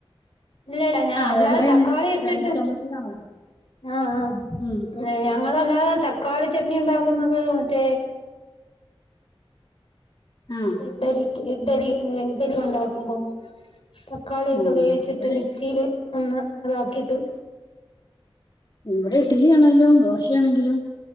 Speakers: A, on the left; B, on the left.
A: ഇല്ലല്ല ഞാ
B: ആ
A: അല്ലാതെ
B: വെള്ളയാണ്
A: തക്കാളിച്ചിട്ട്
B: വെള്ള ചമ്മന്തിയിലാണോ
A: അ ആ
B: ഉം
A: ന്നെ ഞങ്ങളല്ലാ അല്ലാതെ തക്കാളി ചട്നി ഉണ്ടാക്കുന്നത് മറ്റെ
B: ആ
A: ഇഡ്ഡലിക്ക് ഇഡ്ഡലി യെ ഡ്ഡലി ണ്ടാക്കുമ്പോ തക്കാളിയൊക്കെ
B: ആ
A: വേവിച്ചിട്ട്
B: ഇവിടെ
A: മിക്സിയില് ഒന്ന് അതാക്കിട്ട്
B: ഇവിടെ
A: ശരി
B: ഇട്ടിലിയാണല്ലോ ദോ ശെ ണെങ്കിലും